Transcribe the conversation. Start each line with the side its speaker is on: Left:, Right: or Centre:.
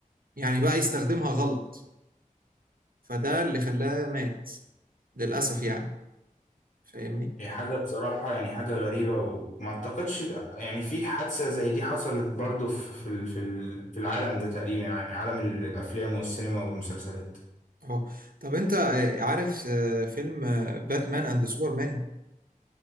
Right: يعني بقى يستخدمها غلط فده اللي خلاه مات للأسف يعني فاهمني
Left: هي حاجة بصراحة يعني حاجة غريبة وما اعتقدش يعني في حادثة زي دي حصلت برضو في في ال- في ال- في العالم ده تقريبا يعني عالم ال- الافلام والسينما والمسلسلات
Right: اهو طب انت آه، عارف آه، فيلم آه، باتمان اند سوبرمان